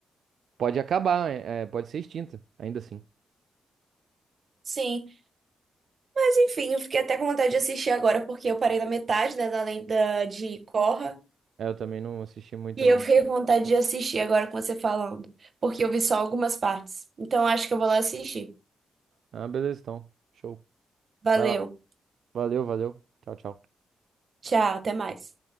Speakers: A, on the right (about 80°); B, on the right (about 50°).
A: pode acabar, é, é, pode ser extinta, ainda assim.
B: sim. Mas enfim, eu fiquei até com vontade de assistir agora, porque eu parei na metade, né, da lenda de Korra.
A: É, eu também não assisti muito
B: E
A: não.
B: eu fiquei com vontade de assistir agora com você falando, porque eu vi só algumas partes. Então acho que eu vou lá assistir.
A: Ah, beleza, então. Show.
B: Valeu.
A: Vai lá. Valeu, valeu. Tchau, tchau.
B: Tchau, até mais.